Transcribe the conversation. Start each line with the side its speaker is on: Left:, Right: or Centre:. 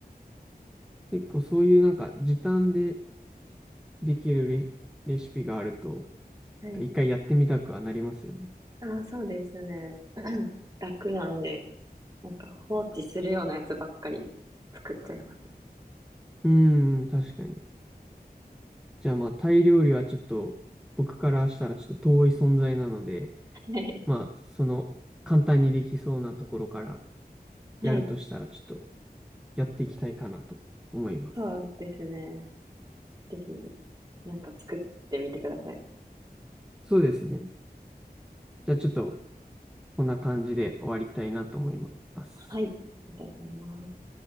Centre: 結構そういうなんか時短でできるレ、レシピがあると、
Right: はい。
Centre: なんか一回やってみたくはなりますよね。
Right: あ、そうですね。楽なんで、なんか放置するようなやつばっかり作っちゃいます
Centre: うーん、確かに。じゃあまあタイ料理はちょっと僕からしたらちょっと遠い存在なので、
Right: ね。
Centre: まあ、その、簡単にできそうなところから
Right: <laughs>
Centre: やるとしたら、
Right: はい。
Centre: ちょっとやっていきたいかなと思います。
Right: そうですね。ぜひ、なんか作ってみてください。
Centre: そうですね。じゃあちょっと、こんな感じで終わりたいなと思います。
Right: はい。いただきます。